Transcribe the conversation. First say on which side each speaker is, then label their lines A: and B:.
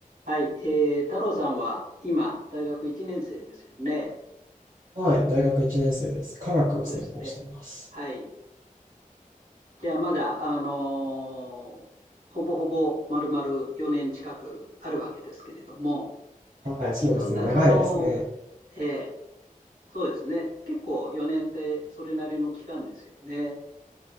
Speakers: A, on the right; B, on the right.
A: はい、えー、太郎さんは今、大学1年生ですよね。
B: はい、大学1年生です。科学を専攻してます。
A: そうですね。はい。じゃあ、まだ、あのーほぼほぼ丸々4年近くあるわけですけれども、
B: はい、そうですね。
A: 自分がその、
B: 長いですね。
A: えーそうですね。結構4年ってそれなりの期間ですよね。